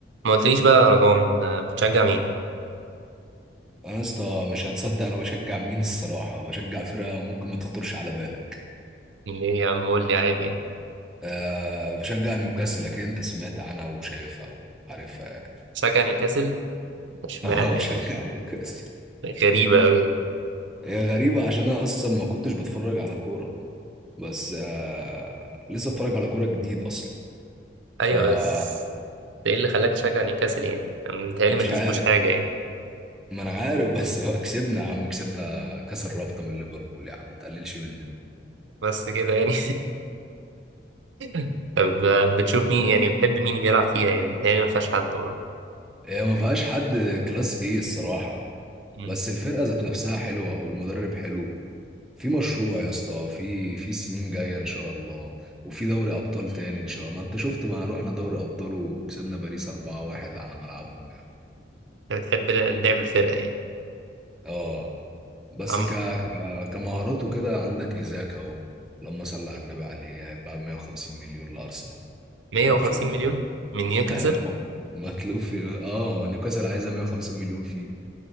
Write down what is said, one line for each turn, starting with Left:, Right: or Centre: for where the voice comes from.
Right: ما قلتليش بقى يا رضوان آه، بتشجع مين؟
Centre: انا يا اسطى مش هتصدق انا بشجع مين الصراحه بشجع فرقه ممكن ما تخطرش على بالك
Right: ليه يا عم قول لي عادي يعني
Centre: أه بشجع نيوكاسل اكيد انت سمعت عنها وشايفها وعارفها يعني.
Right: بتشجع نيوكاسل؟
Centre: <laughs>
Right: اشمعنى
Centre: اه بشجع
Right: يعني؟
Centre: نيوكاسل
Right: غريبة أوي
Centre: هي غريبه عشان انا اصلا ما كنتش بتفرج على كوره بس أه لسه اتفرج على كوره جديد اصلا فمش
Right: أيوة بس ده إيه اللي خلاك تشجع نيوكاسل يعني؟ متهيألي ما كسبوش
Centre: عارف
Right: حاجة يعني
Centre: ما انا عارف بس <laughs> هو كسبنا يا عم كسبنا كاس الرابطه من ليفربول يا عم ما تقللش مننا
Right: بس كده يعني <laughs> طب آه، بتشوف مين يعني بتحب مين بيلعب فيها يعني متهيألي ما فيهاش حد برضه
Centre: هي ما فيهاش حد كلاس ايه الصراحه
Right: مم.
Centre: بس الفرقه ذات نفسها حلوه والمدرب حلو في مشروع يا اسطى في في سنين جايه ان شاء الله وفي دوري ابطال تاني ان شاء الله ما انت شفت ما رحنا دوري ابطال وكسبنا باريس 4-1 على ملعبهم يعني.
Right: أنت بتحب لعب الفرقة يعني
Centre: اه بس
Right: عم-
Centre: ك... ك... كمهارات وكده عندك ايزاك اهو اللهم صل على النبي عليه هيتباع 150 مليون لارسنال
Right: 150
Centre: ناخد شويه
Right: مليون
Centre: غن
Right: من نيوكاسل
Centre: <laughs> ايوه ما- مطلوب في اه نيوكاسل عايزه 150 مليون فيه